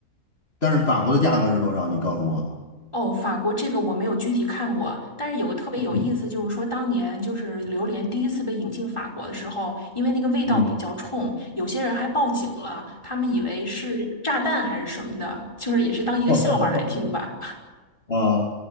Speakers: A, on the left; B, on the left.
A: 但是法国的价格是多少？你告诉我。
B: 哦，法国这个我没有具体看过，但是有个特别有意思，
A: 嗯
B: 就是说当年就是榴莲第一次被引进法国的时候，因为那个味道比较冲，
A: 嗯，
B: 有些人还报警了，他们以为是炸弹还是什么的，就是也是当一个笑话来听吧。
A: <laughs>
B: <laughs>
A: 啊，